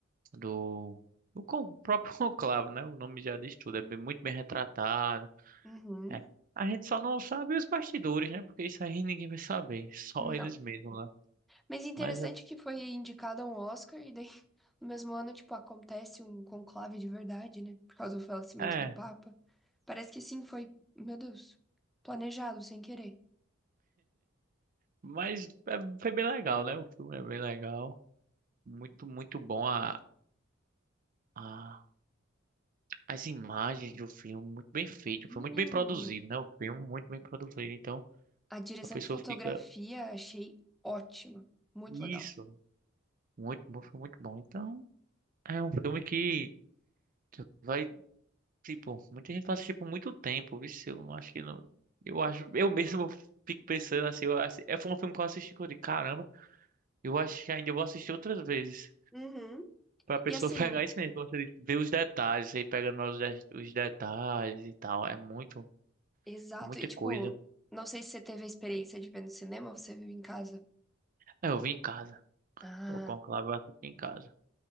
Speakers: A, on the right; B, in the centre.
A: do, do con- próprio <laughs> conclave, né? O nome já diz tudo, é bem- muito bem retratado.
B: Uhum.
A: É. A gente só não sabe os bastidores, né? Porque isso aí ninguém vai saber, só
B: Não.
A: eles mesmos, né?
B: Mas interessante
A: Mas
B: que foi indicado a um Oscar e daí <laughs> no mesmo ano, tipo, acontece um conclave de verdade, né? Por causa do falecimento
A: é,
B: do Papa.
A: é,
B: Parece que sim, foi, meu Deus, planejado sem querer.
A: mas é, foi bem legal, né? O filme é bem legal, muito, muito bom a, a- as imagens do filme, muito bem feito,
B: Hum.
A: foi muito bem produzido, né? O filme muito bem produzido, então
B: A direção
A: a pessoa
B: de fotografia
A: fica
B: achei ótima, muito
A: isso,
B: legal.
A: muito, bom, foi muito bom. Então é um filme que Vai Tipo, muita gente faz isso, tipo muito tempo, viu? Eu não acho que não. Eu acho, eu mesmo <laughs> fico pensando assim, eu acho, é foi um filme que eu assisti que eu digo, caramba, eu acho que ainda vou assistir outras vezes.
B: Uhum.
A: Pra pessoa
B: E assim,
A: <laughs> pegar isso mesmo, como você disse, ver os detalhes, aí pegando os, de- os detalhes e tal. É muito,
B: exato,
A: é muita
B: e tipo,
A: coisa.
B: não sei se você teve a experiência de ver no cinema ou você viu em casa.
A: É, eu vi em casa.
B: Ah,
A: O Conclave eu assisti em casa.